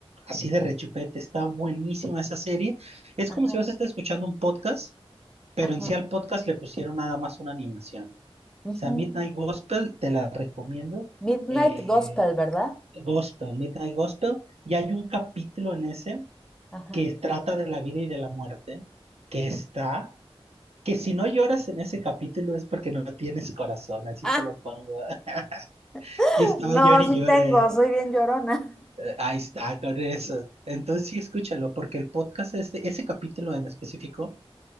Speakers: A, on the right; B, in the centre.
A: Así de rechupete, está buenísima esa serie. Es
B: ajá,
A: como si vas a estar escuchando un podcast pero
B: ajá.
A: en sí al podcast le pusieron nada más una animación.
B: ujú.
A: O sea, Midnight Gospel, te la recomiendo.
B: Midnight
A: eh,
B: Gospel, ¿verdad?
A: Gospel, Midnight Gospel, y hay un capítulo en ese
B: Ajá.
A: que trata de la vida y de la muerte, que está, que si no lloras en ese capítulo es porque no tienes corazón, así
B: Ah,
A: te lo pongo. <laughs>
B: <laughs>
A: Y estaba
B: no,
A: llorando y
B: sí
A: lloré.
B: tengo, soy bien llorona.
A: Ahí está, con eso. Entonces sí, escúchalo, porque el podcast, este, ese capítulo en específico,